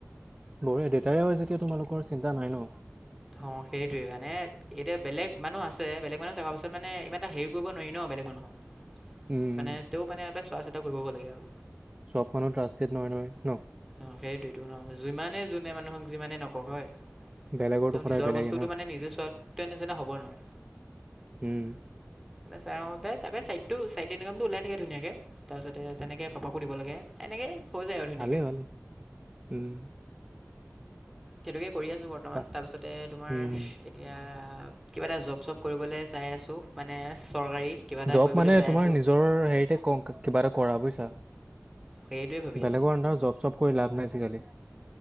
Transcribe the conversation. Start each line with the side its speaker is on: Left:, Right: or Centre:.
Right: বঢি দেউেতাইও যেতিয়া তোমালোকৰ চিন্তা নাই ন'।
Centre: অ', সেইটোৱে মানে এতিয়া বেলেগ মানুহ আছে বেলেগ মানুহ থকা পাছত মানে ই এ হেৰি কৰিব নোৱাৰি ন' বেলেগ মানুহক।
Right: উম
Centre: মানে তেওঁ মানে এয়াৰ পা চোৱা চিতা কৰিবগৈ লাগে আৰু।
Right: চব মানুহ ট্ৰাষ্টেড নহয়, নহয়, নহ।
Centre: অ' সেইটোৱে টো নহ যিমানে যোনে মানুহক যিমানে নকওঁক হয়।
Right: বেলেগৰতো
Centre: তেওঁ
Right: সদায়
Centre: নিজৰ
Right: বেলেগে
Centre: বস্তুতটো
Right: না
Centre: মানে নিজে চোৱাতে নিচিনা হ'ব নোৱাৰে।
Right: উম।
Centre: চেওঁতে তাৰাপৰা ছাইডটো ছাইডটো ইনকামটো ওলাই থাকে ধুনীয়াকৈ। তাৰপিছতে তেনেকৈ পাপাকো দিব লাগে। এনেকে হৈ যায় আৰু ধুনীয়াকে।
Right: ভালেই ভালেই উম।
Centre: সেইটোকে কৰি আছোঁ। বৰ্তমান
Right: বাহ
Centre: তাৰপিছতে তোমাৰ
Right: উম
Centre: এতিয়া কিবা এটা জব চ'ব কৰিবলৈ। চাই আছোঁ, মানে চৰকাৰী। কিবা এটা
Right: জব্দ
Centre: কৰিবলৈ
Right: মানে
Centre: চাই
Right: তোমাৰ
Centre: আছোঁ
Right: নিজৰ হেৰিতে ক কিবা এটা কৰা বুজিছা।
Centre: সেইটোৱে ভাবি
Right: বেলেগৰ
Centre: আছোঁ
Right: আন্দাৰত জব্দ চপ কৰি লাভ নাই আজিকালি।